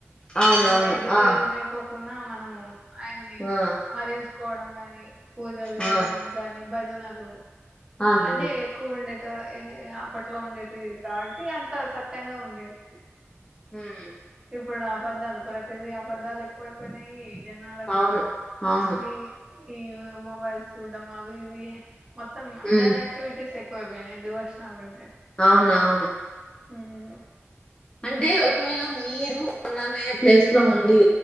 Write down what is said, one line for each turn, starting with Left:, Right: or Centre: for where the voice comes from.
Left: అవునవును
Right: ఏ
Left: ఆ
Right: ఏద కున్నా మనము ఆయన్ని
Left: ఆ
Right: స్మరించు కొడం గాని. పూజలు చేయడం
Left: ఆ
Right: గాని. భజనలు.
Left: అవునులేండి
Right: అన్నీ ఎక్కువ ఉండది. ఇ అప్పట్లో ఉండేది కాబట్టి అంత సత్యంగా ఉండేది.
Left: హమ్
Right: ఇప్పుడు ఆబద్దాలు ప్రతిదీ ఆబద్దాలు ఎక్కువైపోయినాయి. జనాలకి
Left: అవును అవును
Right: ఈ. ఈ మొబైల్స్ చూడ్డం అవి ఇవి. మొత్తం అదర్
Left: మ్మ్
Right: ఆక్టివిటీస్ ఎ కోవైపోయినై డివోషనల్ కంటే
Left: అవునవును
Right: ఉమ్
Left: అంటే ఒకవేళ మీరు ఉన్నమయ్యే ప్లేస్ లో ఉండి